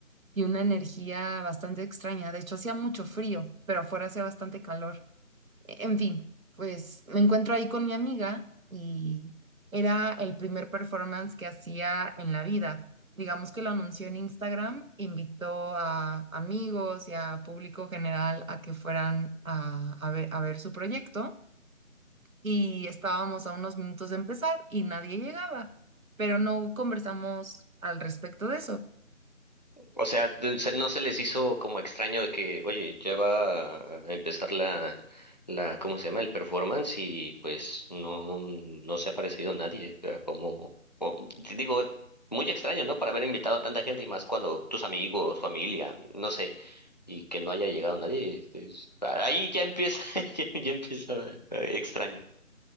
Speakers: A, on the right; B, on the left.
A: y una energía bastante extraña. De hecho, hacía mucho frío, pero afuera hacía bastante calor. E, En fin, pues me encuentro ahí con mi amiga y era el primer performance que hacía en la vida. Digamos que lo anunció en Instagram, invitó a amigos y a público general a que fueran a, a ver, a ver su proyecto y estábamos a unos minutos de empezar y nadie llegaba, pero no conversamos al respecto de eso.
B: O sea, de- se- no se les hizo como extraño de que, oye, ya va a empezar la, la, ¿cómo se llama? El performance y pues no, no se ha aparecido nadie. O sea, como, o- digo, muy extraño, ¿no? Para haber invitado a tanta gente y más cuando tus amigos, familia, no sé, y que no haya llegado nadie. es- ahí ya empieza, <laughs> ya, ya empieza eh, extraño.